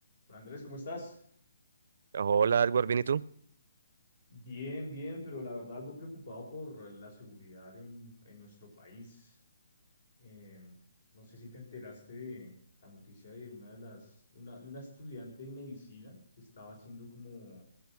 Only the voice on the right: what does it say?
Hola, Edward, ¿bien y tú?